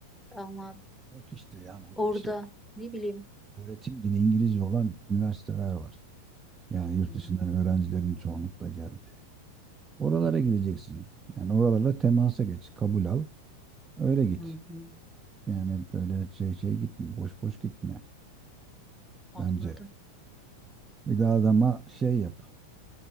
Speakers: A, in the centre; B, on the right (about 20°).
A: ama
B: Yok işte yani
A: orada
B: işte
A: ne bileyim.
B: öğretim dili İngilizce olan üniversiteler var. Yani yurt
A: Hmm.
B: dışından öğrencilerin çoğunlukla geldi. Oralara gireceksin. Yani oralarla temasa geç, kabul al. Öyle git.
A: Hı hı.
B: Yani böyle şey şey gitme. Boş boş gitme.
A: Anladım.
B: Bence. Bir daha adama şey yap.